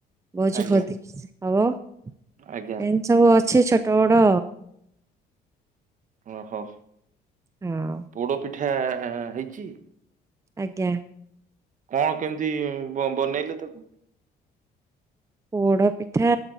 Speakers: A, on the right (about 15°); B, on the right (about 50°).
A: ଭୋଜି
B: ଆଜ୍ଞା
A: ଫତି କିଛି ହବ ଏମିତି
B: ଆଜ୍ଞା
A: ସବୁ ଅଛି ଛୋଟ ବଡ।
B: ଓହୋ।
A: ହଁ।
B: ପୋଡ଼ପିଠା ହେଇଚି?
A: ଆଜ୍ଞା।
B: କଣ କେମିତି ବ ବନେଇଲେ ତାକୁ?
A: ପୋଡପିଠା